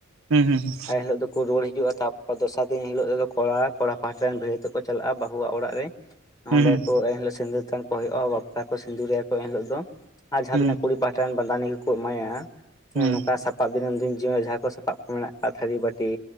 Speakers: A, on the right; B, on the left.
A: ᱦᱩᱸ ᱦᱩᱸ ᱦᱩᱸ
B: ᱟᱨ ᱮᱱᱦᱤᱞᱳᱜ ᱫᱚᱠᱚ ᱨᱩᱣᱟᱹᱲ ᱦᱤᱡᱩᱜᱼᱟ, ᱛᱟᱯᱚᱨ ᱫᱚᱥᱟᱨ ᱫᱤᱱ ᱦᱤᱞᱳᱜ ᱫᱚᱠᱚ ᱠᱚᱲᱟ ᱠᱚᱲᱟ ᱯᱟᱦᱴᱟ ᱨᱮᱱ ᱵᱷᱤᱲᱟᱹᱛᱚᱜ ᱠᱚ ᱪᱟᱞᱟᱜᱼᱟ ᱵᱟᱹᱦᱩᱣᱟᱜ ᱚᱲᱟᱜ ᱨᱮ
A: ᱦᱩᱸ
B: ᱚᱸᱰᱮ ᱠᱚ ᱮᱱ ᱦᱤᱞᱳᱜ ᱥᱤᱸᱫᱨᱟᱹᱫᱟᱱ ᱠᱚ ᱦᱩᱭᱩᱜᱼᱟ, ᱵᱟᱯᱞᱟ ᱠᱚ ᱥᱤᱸᱫᱩᱨ ᱟᱭᱟ ᱠᱚ ᱮᱱ ᱦᱤᱞᱳᱜ ᱫᱚ ᱟᱨ ᱡᱟᱦᱟᱸ
A: ᱦᱩᱸ
B: ᱛᱤᱱᱟᱹᱜ ᱠᱩᱲᱤ ᱯᱟᱦᱟᱴᱟ ᱨᱮᱱ ᱵᱟᱸᱫᱟᱱᱤ ᱠᱚᱠᱚ ᱮᱢᱟᱭᱟ
A: ᱦᱩᱸ
B: ᱱᱚᱝᱠᱟ ᱥᱟᱯᱟᱵ ᱫᱤᱱᱟᱹᱢ ᱫᱤᱱ ᱡᱤᱶᱚ ᱡᱟᱦᱟᱸ ᱠᱚ ᱥᱟᱯᱟᱵ ᱠᱚ ᱢᱮᱱᱟᱜ ᱠᱟᱜ ᱛᱷᱟᱹᱨᱤ ᱵᱟᱹᱴᱤ